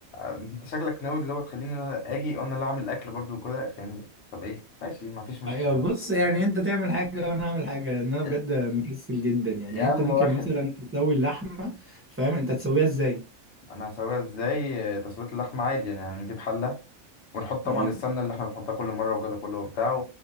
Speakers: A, on the left; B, on the right.
A: انت شكلك ناوي اللي هو تخليني انا اجي وانا اللي اعمل اكل برضو وكده فاهمني طب ايه ماشي ما فيش مشكله
B: ايوه بص يعني انت تعمل حاجة وانا اعمل حاجة لان انا
A: يا
B: بجد مكسل جدا يعني
A: يا
B: يعني
A: عم
B: انت ممكن
A: واحد
B: مثلا تسوي اللحمة فاهم انت تسويها ازاي
A: انا هسويها ازاي اه، تسويه اللحمه عادي يعني هنجيب حله ونحط طبعا
B: ايوه
A: السمنه اللي احنا بنحطها كل مره وجوده كله وبتاع